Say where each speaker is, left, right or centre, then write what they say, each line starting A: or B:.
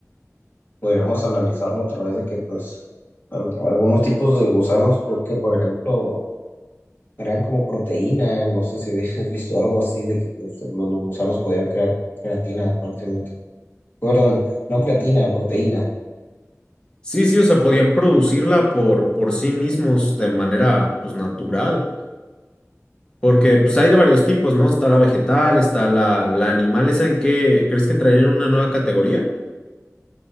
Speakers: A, on the left; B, on the left.
A: podríamos analizarlo a través de que, pues, al- algunos tipos de gusanos, porque, por ejemplo, crean como proteína, no sé si habías <laughs> visto algo así, de que pues, los, los gusanos podían crear creatina prácticamente. Perdón, no creatina, proteína.
B: Sí, sí, o sea, podían producirla por, por sí mismos de manera, pues, natural. Porque, pues, hay de varios tipos, ¿no? Está la vegetal, está la, la animal. ¿Esa en qué crees que entraría en una nueva categoría?